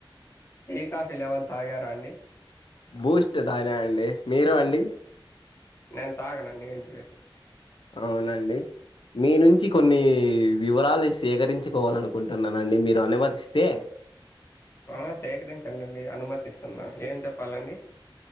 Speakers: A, on the left (about 30°); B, on the left (about 65°).
A: టీ కాఫీ లెవెన్ తాగారా అండి
B: బూస్ట్ తాగ అండి మీరు అండి
A: నేను తాగనండి ఏంటివి
B: అవునండి మీ నుంచి కొన్నీ వివరాలు సేకరించుకోవాలనుకుంటున్నానండి మీరు అనుమతిస్తే
A: ఆ సేకరించండి అనుమతిస్తున్నా ఏం చెప్పాలండి